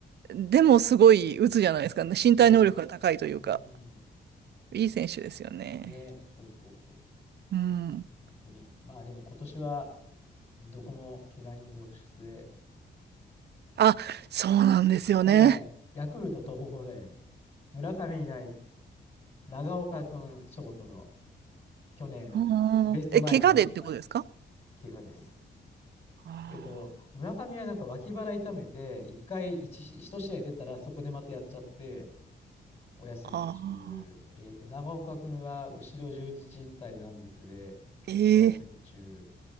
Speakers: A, on the right; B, on the left.
A: でもすごい打つじゃないですかね。身体能力が高いというか、
B: ね、うん。
A: いい選手ですよね。
B: ね、そうそうそう。そ
A: うん。
B: う本当に。まあ、でも今年は、どこも怪我人続出で、
A: あ、そうなんですよね。
B: もうね、ヤクルト東邦だよ。村上いない、長岡君ショートの。去年、
A: あーえ、
B: ベストナインだった
A: 怪我でってことですか
B: 怪我です。
A: あ
B: えっと、村上はなんか脇腹痛めて、一回一し一試合出たら、そこでまたやっちゃって、お休み中。
A: ーあ
B: えっと、長岡君は後ろ十字靭帯断絶で、
A: ー、
B: お休み中。
A: ええ